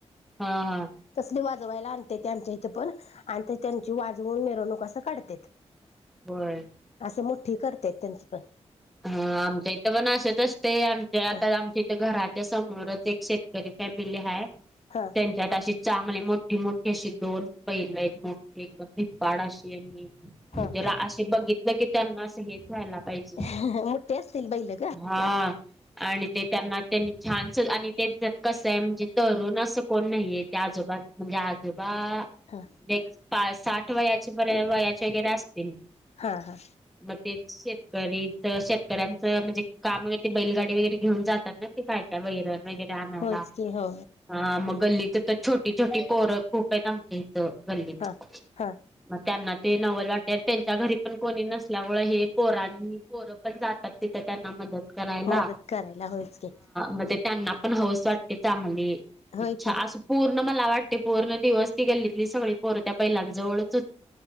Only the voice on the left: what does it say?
तसली वाजवायला आण ते आमच्या इथं पण आणि ते त्यांची वाजवून मिरवणूक असं काढतेत.
असं मोठी करतेत त्यांचीपण.
ह
हा.
हा
मुट ठ्ठे असतील बैलं.
हा
हा हा
होयच की हो
हा हा
मदत करायला होयच की
होय
की